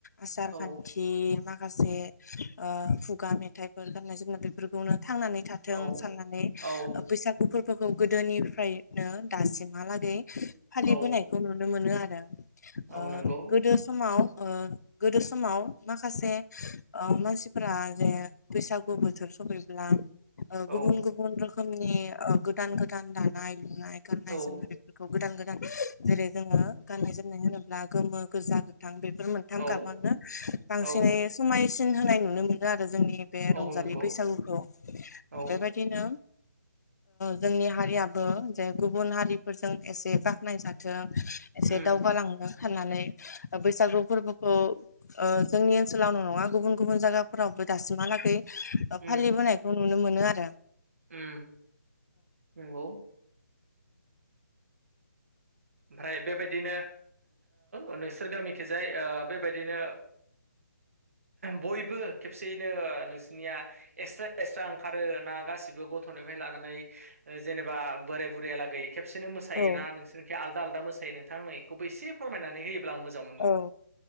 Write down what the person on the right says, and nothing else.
औ
औ
औ
औ
औ नंगौ
औ
औ
औ
औ
औ नंगौ
औ
उम
उम
उम नंगौ ओमफ्राय बेबायदिनो ओ नोंसोर गामिखिजाय ओ बेबायदिनो बयबो खेबसेयैनो नोंसिनिया एसे एससा ओंखारो ना गासिबो गथ'निफ्राय लानानै जेनेबा बोराय बुरैयालागै खेबसेनो मोसायोना
नोंसोरनिखै आलदा आलदा मोसायो नोंथां आ बेखौबो एसे फोरमायनानै होयोब्ला आं मोजां मो